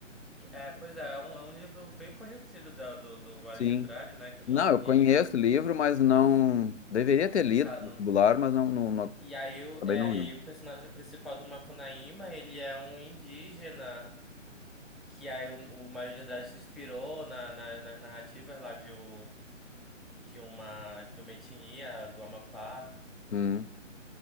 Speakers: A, in the centre; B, on the left.
A: que É, pois é, é um, é um livro bem conhecido da- do, do Mário
B: Sim.
A: de Andrade, né? Que é modernista.
B: Não, eu conheço o livro, mas não. Deveria ter
A: Nunca,
B: lido no
A: não,
B: vestibular, mas não, não, não-
A: e aí, o-
B: acabei
A: é,
B: não lendo.
A: e aí o personagem principal do Macunaíma, ele é um indígena. Que aí o, o Mário de Andrade se inspirou na, na- nas narrativas lá de, o- de uma de uma etnia do Amapá.
B: Hum.